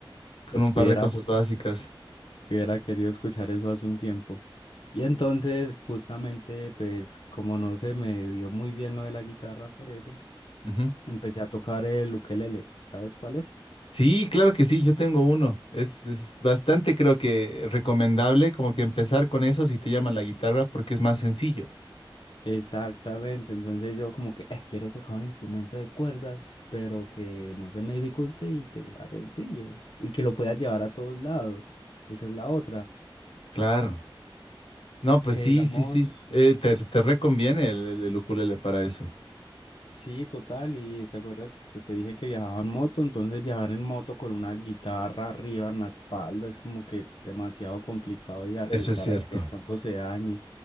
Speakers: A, on the left; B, on the left.
A: con un par
B: hubiera,
A: de cosas básicas.
B: hubiera querido escuchar eso hace un tiempo. Y entonces, justamente, pues, como no se me dio muy bien lo de la guitarra, por eso,
A: Ujú.
B: empecé a tocar el ukelele. ¿Sabes cuál es?
A: Sí, claro que sí, yo tengo uno. Es, es bastante, creo que recomendable como que empezar con eso si te llama la guitarra porque es más sencillo.
B: Exactamente, entonces yo como que "Eh, quiero tocar un instrumento de cuerdas, pero que no se me dificulte y que sea sencillo y que lo pueda llevar a todos lados. Esa es la otra.
A: Claro. No, pues
B: Que
A: sí,
B: digamos,
A: sí, sí. Eh, te, te reconviene el, el, el ukulele para eso.
B: sí, total, y te acuerdas que te dije que viajaba en moto, entonces viajar en moto con una guitarra arriba en la espalda es como que demasiado complicado y arriesgar
A: Eso es cierto.
B: a que de pronto se dañe.